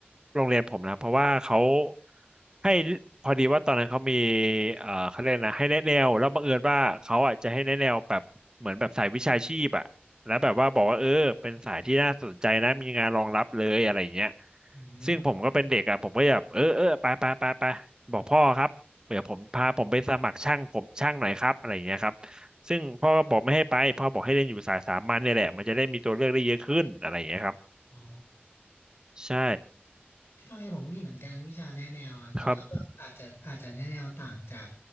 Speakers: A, on the right (about 20°); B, on the left (about 80°).
A: โรงเรียนผมนะเพราะว่าเขาให้พอดีว่าตอนนั้นเขามีเอ่อเขาเรียกนะให้แนะแนวแล้วบังเอิญว่าเขาอ่ะจะให้แนะแนวแบบเหมือนแบบสายวิชาชีพอ่ะแล้วแบบว่าบอกว่าเออเป็นสายที่น่าสนใจนะมีงานรองรับเลยอะไรอย่างเงี้ย
B: อืม
A: ซึ่งผมก็เป็นเด็กอ่ะผมก็แบบเออเออไปไปไปไปบอกพ่อครับเดี๋ยวผมพาผมไปสมัครช่างผมช่างหน่อยครับอะไรอย่างเงี้ยครับ ซึ่งพ่อก็บอกไม่ให้ไปพ่อบอกให้เล่นอยู่สายสามัญเนี่ยแหละมันจะได้มีตัวเลือกได้เยอะขึ้นอะไรอย่างเงี้ยครับ
B: อ๋อ
A: ใช่
B: ที่โรงเรียนผมมีเหมือนกันวิชาแนะแนวอะแต่ว่าก็อาจจะอาจจะแนะแนวต่างจาก
A: ครับ